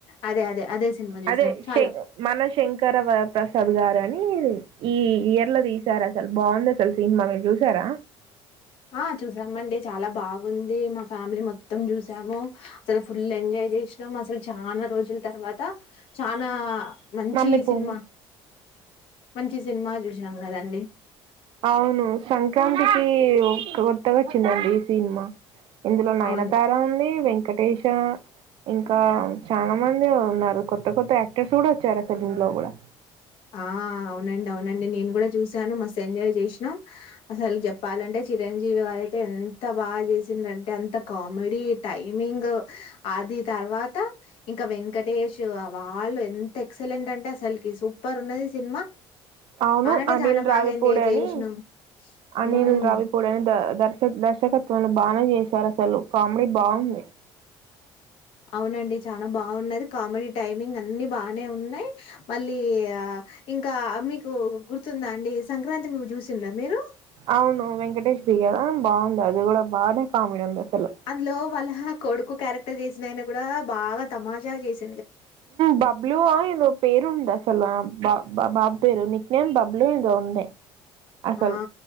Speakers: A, on the left; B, on the right.
A: అదే అదే అదే సినిమా చూసాం
B: అదే
A: చాలా
B: మన శంకర ప్రసాద్ గారని ఈ ఇయర్ లో తీసారా అసలు బాగుంది అసలు సినిమా మీరు చూసారా
A: ఆ చూసామండి చాలా బాగుంది మా ఫ్యామిలీ మొత్తం చూసాము అసలు ఫుల్ ఎంజాయ్ చేసినాం అసలు చాలా రోజుల తర్వాత చనా మంచి
B: మమ్మీ పో
A: సినిమా మంచి సినిమా చూసాం కదండి
B: అవును సంక్రాంతికి కొత్తగా చిందండి ఈ సినిమా ఇందులో నయనతార
A: అవును
B: ఉంది వెంకటేేశ ఇంకా చాలా మంది ఉన్నారు కొత్త కొత్త యాక్టర్స్ కూడా వచ్చారా సెలిమ్ లో కూడా
A: ఆ అవునండి అవునండి నేను కూడా చూసాను మస్తు ఎంజాయ్ చేసినాం అసలు చెప్పాలంటే చిరంజీవి వారయితే ఎంత బాగా చేసింది అంటే అంత కామెడీ టైమింగ్ అది తర్వాత ఇంకా వెంకటేష్ వాళ్ళు ఎంత ఎక్సలెంట్ అంటే అసలుకి సూపర్ ఉంది సినిమా
B: అవును
A: అంటే
B: అనిల్
A: చానా
B: రావిపూడ
A: బాగా ఎంజాయ్
B: అని
A: జేసినాం.
B: అనిల్
A: హ్మ్.
B: రావిపూడ అని దర్శకుడు దర్శకత్వన్ని బానే చేశారు అసలు కామెడీ బాగుంది
A: అవునండి చాలా బాగున్నది కామెడీ టైమింగ్ అన్ని బానే ఉన్నాయి మళ్ళీ ఇంకా మీకు గుర్తుందా అండి సంక్రాంతి చూసింలో మీరు
B: అవును వెంకటేష్ దిగారా బాగుంది అది కూడా బాగానే కామెడీ ఉంది అసలు
A: అందులో వాళ్ళ కొడుకు క్యారెక్టర్ చేసినాయన కూడా బాగా తమాషా చేసి
B: బాబ్లుు ఏదో పేరు ఉందా అసలు బ బాబు పేరు నిక్ నేమ్ బబ్లు ఇది ఉంది అసలు
A: ఆ